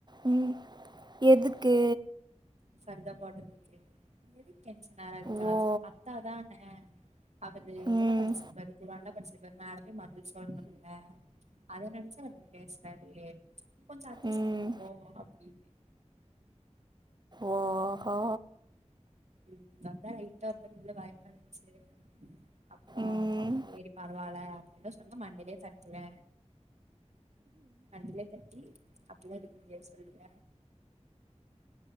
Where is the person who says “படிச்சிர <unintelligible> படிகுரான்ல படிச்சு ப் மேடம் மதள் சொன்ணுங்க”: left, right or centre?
Right